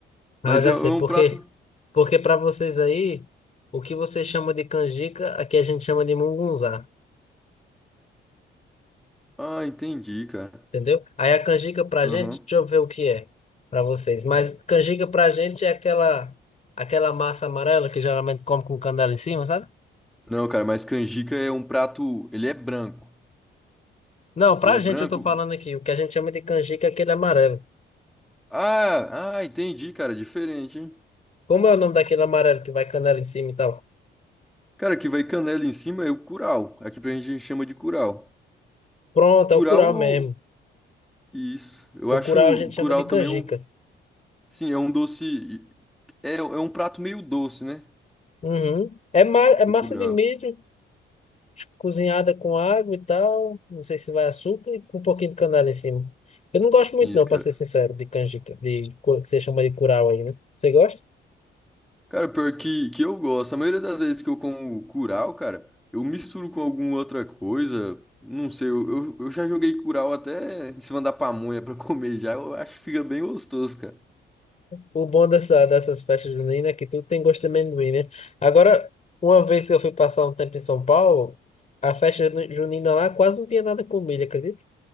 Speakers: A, on the left; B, in the centre.
A: Ah,
B: Mas
A: eu já
B: é, é
A: sei.
B: um
A: Por
B: prato.
A: quê? Porque pra vocês aí, o que vocês chamam de canjica, aqui a gente chama de mungunzá,
B: Ah, entendi, cara.
A: entendeu? Aí a canjica pra
B: Aham.
A: gente, deixa eu ver o que é pra vocês. Mas canjica pra gente é aquela, aquela massa amarela que geralmente come com canela em cima, sabe?
B: Não, cara, mas canjica é um prato. Ele é branco.
A: Não, pra
B: Ele é
A: gente
B: branco.
A: eu tô falando aqui. O que a gente chama de canjica é aquele amarelo.
B: Ah, ah, entendi, cara. Diferente, hein?
A: Como é o nome daquele amarelo que vai canela em cima e tal?
B: Cara, que vai canela em cima é o curau. Aqui pra gente a gente chama de curau.
A: Pronto,
B: Curau
A: é o curau
B: ou.
A: mesmo.
B: Isso. Eu
A: O
B: acho
A: curau a gente
B: o curau
A: chama de canjica.
B: também um. Sim, é um doce. É, é um prato meio doce, né?
A: Uhum. É, ma é massa
B: O curau.
A: de milho cozinhada com água e tal. Não sei se vai açúcar e com um pouquinho de canela em cima. Eu não gosto muito,
B: Isso,
A: não, pra
B: cara.
A: ser sincero, de canjica, de cu- que você chama de curau aí, né? Você gosta?
B: Cara, pior que, que eu gosto. A maioria das vezes que eu como curau, cara, eu misturo com alguma outra coisa. Não sei, eu, eu, eu já joguei curau até em cima da pamonha pra <laughs> comer já. Eu acho que fica bem gostoso, cara.
A: O bom dessa, dessas festas juninas é que tudo tem gosto de amendoim, né? Agora, uma vez que eu fui passar um tempo em São Paulo, a festa juni- junina lá quase não tinha nada com milho, acredita?